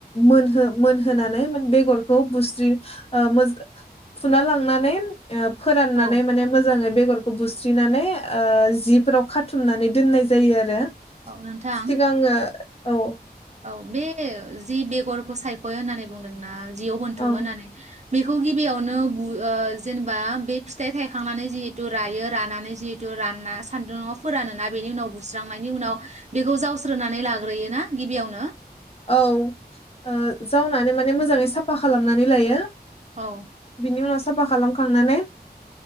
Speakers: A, on the left (about 35°); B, on the right (about 45°).
A: मोनहो मोनहोनानै बेगरखौ बुस्रि ओ फुना लांनानै ओ फोराननानै
B: औ
A: माने मोजाङै बे बेगरखौ बुस्रिनानै ओ जिफोराव खाथुमनानै दोननाय जायो आरो।
B: औ नोंथां
A: सिगाङो औ
B: औ बे जि बेगरखौ सायख'यो होननानै बुंदोंना। जियाव बोनथुमो
A: औ
B: होननानै बेखौ गिबियावनो ओ जेनेबा बे फिथाइ थायखांनानै जिहेथु रायो रानानै जिहेतु रानना सान्दुंआव फोरानोना बेनि उनाव बुस्रांनायनि उनाव बेखौ जावस्रोनानै लाग्रोयोना गिबियावनो
A: औ ओ जावनानै माने मोजाङै साफा खालामनानै लायो।
B: औ
A: बिनि उनाव साफा खालामखांनानै